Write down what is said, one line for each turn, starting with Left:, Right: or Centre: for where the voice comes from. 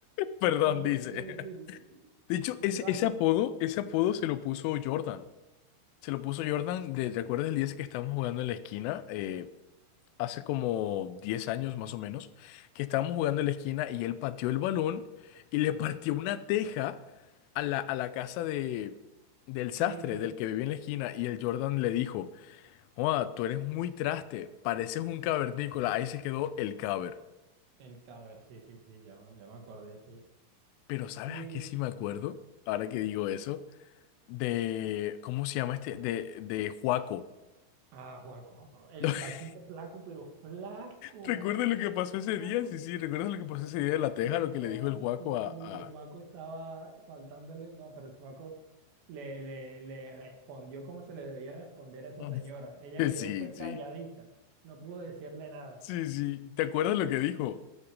Left: Perdón,
Right: no sé
Left: dice.
Right: qué decirle.
Left: De hecho, ese,
Right: Iván,
Left: ese apodo,
Right: no,
Left: ese apodo se lo puso Jordan. Se lo puso Jordan,
Right: sí,
Left: de, ¿te
Right: ¿por
Left: acuerdas
Right: qué?
Left: el día ese que estábamos jugando en la esquina? Eh, hace como 10 años más o menos, que estábamos jugando en la esquina y él pateó el balón y le
Right: Ujú.
Left: partió una teja a la, a la casa de, del
Right: Sí,
Left: sastre,
Right: sí,
Left: del que vivía en la
Right: sí.
Left: esquina, y el Jordan le dijo, Joa, tú eres muy traste, pareces un cavernícola. Ahí se quedó el caber.
Right: El caber, sí, sí, sí, ya, me- ya me acordé, sí.
Left: Pero ¿sabes
Right: Sí.
Left: a qué sí me acuerdo? Ahora que digo eso, de, ¿cómo se llama este? De, de Juaco.
Right: Ah, Juaco, el
Left: <laughs>
Right: flaquito, flaco, pero flaco.
Left: ¿Recuerdas lo que pasó ese
Right: Flaco,
Left: día? Sí, sí, ¿recuerdas lo que pasó
Right: demasiado.
Left: ese día de la teja? Lo que
Right: No,
Left: le dijo el Juaco
Right: sí, sí,
Left: a... a-
Right: el Juaco estaba faltándole. No, pero el Juaco le, le, le respondió como se le debía responder a esa
Left: <laughs>
Right: señora. Ella quedó,
Left: Sí,
Right: fue calladita.
Left: sí.
Right: No pudo decirle nada.
Left: Sí, sí. ¿Te acuerdas lo que dijo?